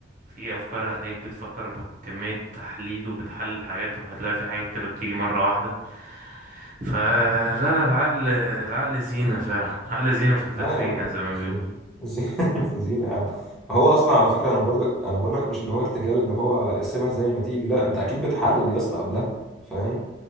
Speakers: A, on the right; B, in the centre.
A: في افكار هتلاقيك بتفكر بكمية تحليل وبتحلل حاجات وهتلاقي في حاجات كده بتيجي مرة واحدة فلا لا العقل العقل زينة فعلا عقل زينة في الفاترينا
B: لا يا عم
A: زي ما
B: زينة
A: بيقولوا
B: زينة <laughs> زينة يا عم ما هو اصلا على فكره انا برضك انا بقول لك مش اللي هو ارتجال اللي هو سيبها زي ما تيجي لا انت اكيد بتحلل يا اسطى قبلها فاهم